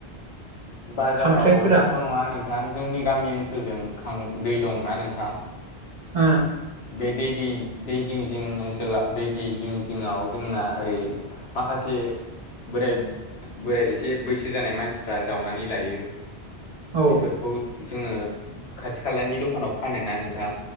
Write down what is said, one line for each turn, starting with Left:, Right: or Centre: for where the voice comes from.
Left: बाजारावथ'
Right: खांख्राइफोरा
Left: नङा नोंथां जोंनि गामि ओनसोलजों दै दंना नोंथां
Right: उम
Left: बे दै दै जिं जिं ओनसोलाव दै दै जिं जिङआव जोंना ओरै माखासे बोराय बोराय एसे बैसो जानाय मानसिफ्रा जावनानै लायो
Right: औ
Left: बेफोरखौ जोङो खाथि खालानि दखानाव फानोना नोंथां